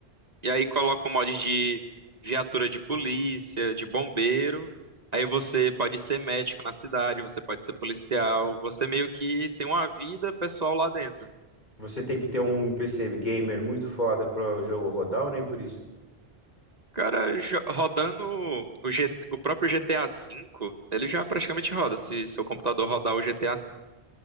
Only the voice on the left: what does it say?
Você tem que ter um PC gamer muito foda para o jogo rodar ou nem por isso?